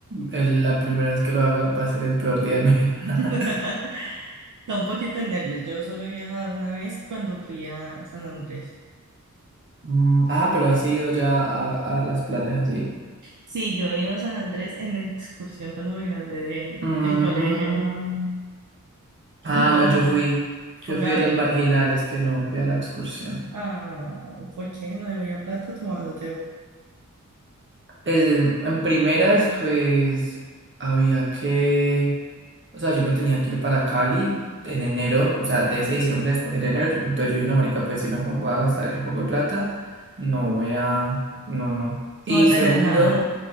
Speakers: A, on the right; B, on the right.
A: el- la primera vez que lo haga va a ser el peor día de mi vida.
B: <laughs>
A: <laughs>
B: Da un poquito de nervios. Yo solo he viajado una vez cuando fui a San Andrés.
A: Mm, ah, pero has ido ya a, a las playas así.
B: Sí, yo he ido a San Andrés en excursión cuando me gradué de-
A: Mm.
B: del colegio.
A: Ah,
B: Fui con,
A: no, yo fui. Yo
B: con
A: fui
B: Gaby.
A: de los marginales que no fui a la excursión.
B: Ah, ¿por qué no debería plata tu mano,
A: Es- en primeras, pues había que. O sea, yo me tenía que ir para Cali en enero, o sea, de ese diciembre, después en enero. yo- entonces yo dije, no, marica, pues si me pongo a gastar ese poco de plata, no voy a... No, no. Y
B: No va a
A: segundo,
B: tener nada.